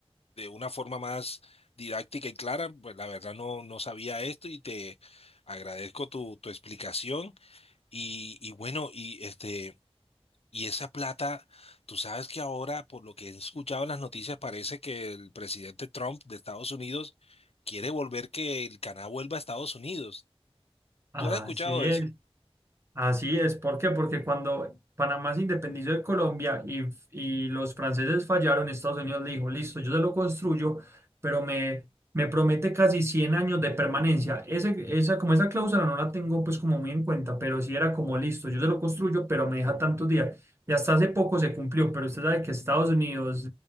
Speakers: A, on the left (about 70°); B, on the right (about 25°).
A: de una forma más didáctica y clara. Pues la verdad no, no sabía esto y te agradezco tu, tu explicación y, y bueno, y este... Y esa plata, tú sabes que ahora, por lo que he escuchado en las noticias, parece que el presidente Trump de Estados Unidos quiere volver que el Canadá vuelva a Estados Unidos.
B: Así
A: ¿Tú has escuchado eso?
B: es. Así es, ¿por qué? Porque cuando Panamá se independizó de Colombia y, y los franceses fallaron, Estados Unidos le dijo, listo, yo se lo construyo, pero me, me promete casi 100 años de permanencia. Ese, esa, como esa cláusula no la tengo pues como muy en cuenta, pero sí era como, listo, yo se lo construyo, pero me deja tantos días. Y hasta hace poco se cumplió, pero usted sabe que Estados Unidos,